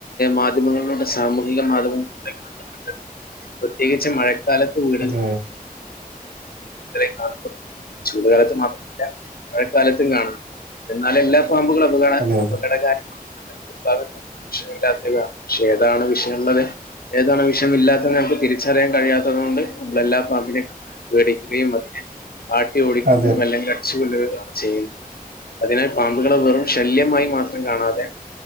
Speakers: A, on the left; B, on the right.
A: മാധ്യമങ്ങളിലൂടെ സാമൂഹിക മാധ്യമങ്ങളിലൂടെ കണ്ട് പ്രത്യേകിച്ച് മഴക്കാലത്ത് വീട്
B: അതെ
A: <unintelligible> ചൂണ്ടുകാലത്ത് മാത്രല്ല മഴക്കാലത്തും കാണുന്നു എന്നാൽ എല്ലാം പാമ്പുകൾ അപകട
B: അതെ
A: അപകട കാര്യ <unintelligible> വിഷയല്ലാത്തത് ഏത. പക്ഷേ ഏതാണ് വിഷയള്ളത്. ഏതാണ വിഷമില്ലാത്തത് നമുക്ക് തിരിറിയൻ കഴിയാത്തതോണ്ട്, <unintelligible> വേടിക്കുകയും അതിനെ ആട്ടി ഓടിക്കും
B: അതെ
A: അല്ലെങ്കിൽ <unintelligible> അതിനാൽ പാമ്പുകളെ വെറും ശല്യമായി മാത്രം കാണാതെ..